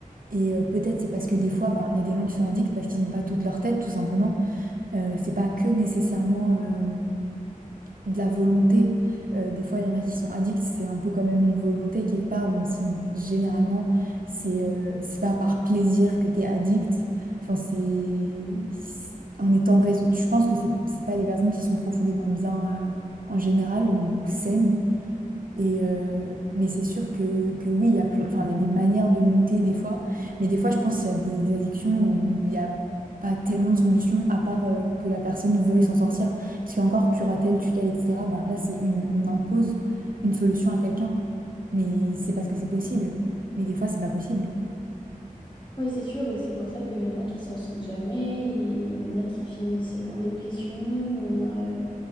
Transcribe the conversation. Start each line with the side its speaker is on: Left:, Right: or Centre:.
Right: Et euh, peut-être c'est parce que des fois, ben, il y a des gens qui sont addicts parce qu'ils n'ont pas toute leur tête, tout simplement. Euh, c'est pas que nécessairement. euh, de la volonté. Euh, des fois, il y en a qui sont addicts, c'est un peu quand même une volonté quelque part, même si généralement, c'est euh, c'est pas par plaisir que tu es addict. Enfin, c'est c'est- en étant raison. Je pense que c'est c'est pas des personnes qui sont profondément bien euh, en général ou saines. Et euh, mais c'est sûr que, que oui, il y a, ple- enfin, il y a des manières de lutter des fois, mais des fois, je pense qu'il y a des addictions où il n'y a pas tellement de solutions à part euh, que la personne veuille s'en sortir. Parce qu'encore, curatelle, tutelle, etc., ben là, c'est une, on impose une solution à quelqu'un, mais c'est parce que c'est possible. Mais des fois, c'est pas possible.
Left: Oui, c'est sûr, et c'est pour ça qu'il y en a qui s'en sortent jamais, et il y en a qui finissent en dépression, il y en a... euh,